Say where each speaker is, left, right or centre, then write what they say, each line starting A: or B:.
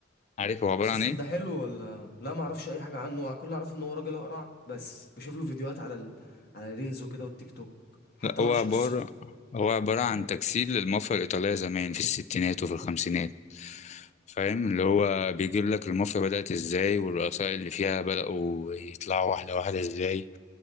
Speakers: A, on the left; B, on the left.
A: عارف هو عبارة
B: المسلسل
A: عن إيه؟
B: ده حلو ولا لا ما اعرفش اي حاجه عنه كل اللي اعرفه ان هو راجل اقرع بس بشوف له فيديوهات على ال... على الريلز وكده والتيك توك حتى
A: لا هو
B: ما اعرفش
A: عبارة
B: قصته
A: هو عبارة عن تجسيد للمافيا الإيطالية زمان في الستينات وفي الخمسينات فاهم اللي هو بيجيب لك المافيا بدأت ازاي والرؤساء اللي فيها بدأوا يطلعوا واحدة واحدة ازاي